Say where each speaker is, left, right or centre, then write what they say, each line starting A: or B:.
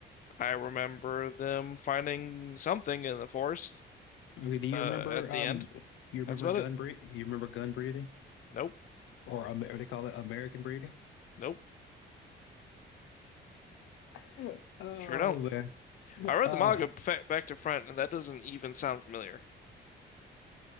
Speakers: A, on the left; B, on the left.
A: I remember them finding something in the forest
B: Okay, do you
A: uh
B: remember
A: at the
B: um
A: end.
B: you remember
A: That's about
B: gun
A: it.
B: breath you remember gun breathing?
A: Nope.
B: Or um, what do they call it? American breathing?
A: Nope.
B: <laughs> Oh
A: Sure don't. I read
B: Uh,
A: the manga fa- back to front and that doesn't even sound familiar.